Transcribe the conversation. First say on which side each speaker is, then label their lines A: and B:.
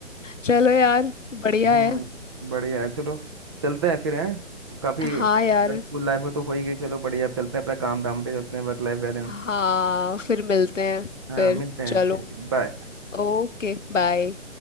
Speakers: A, on the left (about 80°); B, on the right (about 20°).
A: चलो यार बढ़िया
B: हम्म
A: है
B: बढ़िया है चलो चलते हैं फिर हैं काफी
A: हाँ यार
B: स्कूल लाइफ में तो हो ही गई चलो बढ़िया अब चलते हैं अपने काम धाम पे चलते हैं वर्क लाइफ बैलेंस
A: हाँ फिर मिलते हैं
B: हाँ
A: फिर
B: मिलते हैं
A: चलो
B: ठीक है बाय
A: ओके बाय